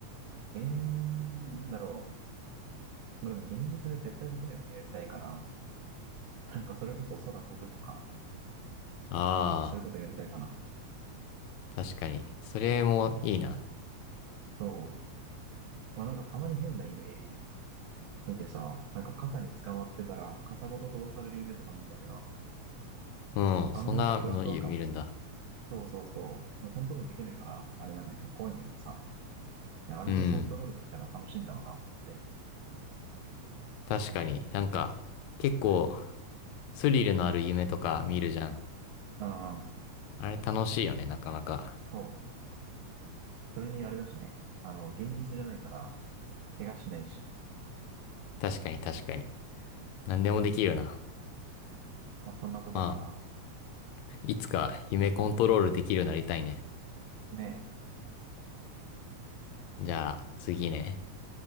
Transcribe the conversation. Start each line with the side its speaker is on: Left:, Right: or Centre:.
Right: う。えー、なんだろう。まあでも現実で絶対できないことやりたいから、なんかそれこそ空飛ぶとか、
Left: あ
Right: なんかそういうことやりたいかな。
Left: あ、確かに。それもいいな。
Right: そう。まあなんかたまに変な夢見てさ、なんか傘に捕まってたら、傘ごと飛ばされる夢とか見るんだけど、
Left: うん、
Right: あのなんかふわふわ感、
Left: そんなの見るんだ。
Right: そうそうそう、まあ、コントロールできないから、あれなんだけど、怖いんだけどさ、あれでコントロールできたら楽しいんだろうなと思って。
Left: うん、確かに。なんか、結構、スリルのある夢とか見るじゃん。
Right: うんうん、
Left: あれ楽しいよね、なかなか。
Right: そう。それにあれだしね、あの、現実じゃないから、怪我しないし、
Left: 確かに確かに。何でもできるな。
Right: まあそんなとこかな。
Left: まあ、いつか夢コントロールできるようになりたいね。
Right: ね
Left: じゃあ、次ね。